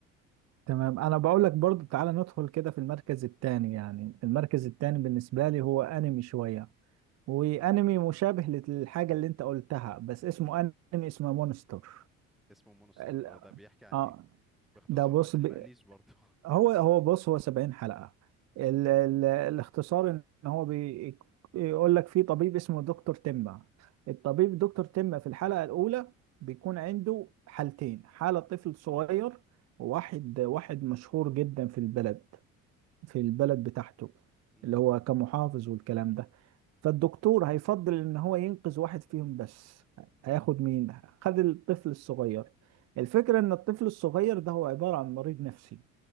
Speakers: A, on the right; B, in the centre.
A: تمام انا بقول لك برضو تعالى ندخل كده في المركز التاني يعني المركز التاني بالنسبة لي هو انمي شوية وانمي مشابه للحاجة اللي انت قلتها بس اسمه انمي اسمه مونستر
B: اسمه مونستر
A: ال...
B: آه، ده بيحكي عن
A: اه
B: ايه باختصار
A: ده بص
B: ما تحرقليش
A: ب...
B: برضه <laughs>
A: هو هو بص هو 70 حلقة ال ال الاختصار ان هو بي- بيقول لك في طبيب اسمه دكتور تمة الطبيب دكتور تمة في الحلقة الأولى بيكون عنده حالتين حالة طفل صغير وواحد واحد مشهور جدا في البلد في البلد بتاعته
B: مم.
A: اللي هو كمحافظ والكلام ده فالدكتور هيفضل ان هو ينقذ واحد فيهم بس هياخد مين خد الطفل الصغير الفكرة ان الطفل الصغير ده هو عبارة عن مريض نفسي